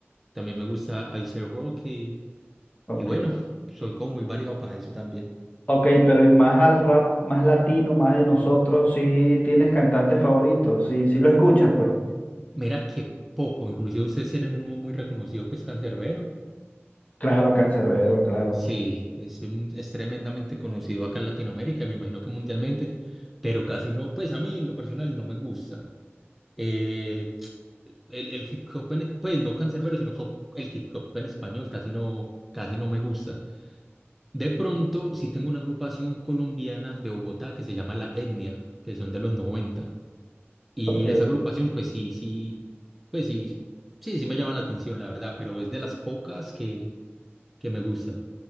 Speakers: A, in the centre; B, on the left.
A: también me gusta Ice Rocky,
B: Ok.
A: y bueno, soy como muy variado para eso también.
B: Ok, pero y más al rap, más latino, más de nosotros, sí tienes cantantes favoritos, sí, sí lo escuchas, pues.
A: Mira que poco, inclusive ustedes tienen uno muy reconocido que es Cancerbero.
B: Claro, Canserbero, claro.
A: Sí, es, un- es tremendamente conocido acá en Latinoamérica, me imagino que mundialmente, pero casi no, pues a mí en lo personal no me gusta. Eh, el, el hip hop, en- pues no cancerbero, sino co- el hip hop en español casi no, casi no me gusta. De pronto, sí tengo una agrupación colombiana de Bogotá que se llama La Etnia, que son de los 90. Y
B: Ok.
A: esa agrupación, pues sí, sí, pues sí, sí, sí me llama la atención, la verdad, pero es de las pocas que, que me gusta.